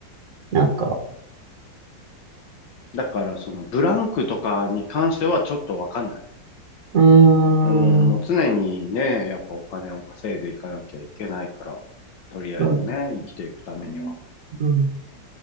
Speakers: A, on the right (about 50°); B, on the left (about 75°).
A: なんか、
B: だから、その、ブランクとかに関してはちょっとわかんない。
A: うー
B: うん、もう常にね、
A: ん、
B: やっぱお金を稼いでいかなきゃいけないから、とりあえずね、
A: そうです
B: 生きていくためには。
A: ね。うん、